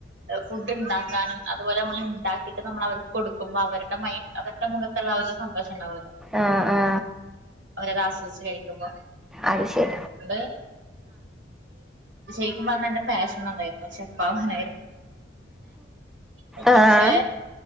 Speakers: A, on the right; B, in the centre.
A: ഫുഡ് ഇണ്ടാക്കാനും അതുപോലെ നമ്മൾ ഇണ്ടാക്കിട്ട് നമ്മൾ അവർക്ക് കൊടു ക്കുമ്പ അവരുടെ മൈ അവരുടെ മുഖത്തുള്ള ഒരു സന്തഷണ്ടാവും
B: ആ ആ
A: അതാസ്വദിച്ച് കഴിക്കുമ്പോ
B: അത് ശരി
A: <unintelligible> ജയിക്കുമ്പോന്ന എന്റെ പാഷനുണ്ടായിരുന്നു ഷെഫാവാനായിരുന്നു. ഏ
B: ആഹ്
A: പക്ഷേ